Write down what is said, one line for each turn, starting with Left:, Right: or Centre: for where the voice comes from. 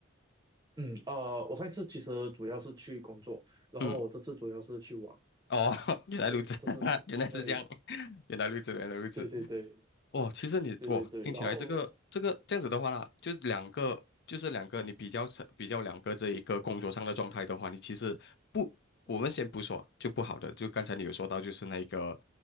Right: 嗯，呃，我上一次其实主要是去工作，然后我这次主要是去玩，
Left: 嗯，哦，<laughs> 原来如此，
Right: 对，这是对
Left: <laughs> 原来是这样，<laughs> 原来如此，原来如此。
Right: 对对对
Left: 哦，其实你哇听起来这个这个这样子的话啦，
Right: 对对对，然后嗯
Left: 就是两个，就是两个，你比较成比较两个这一个工作上的状态的话，你其实不，
Right: 嗯
Left: 我们先不说就不好的，就刚才你有说到就是那个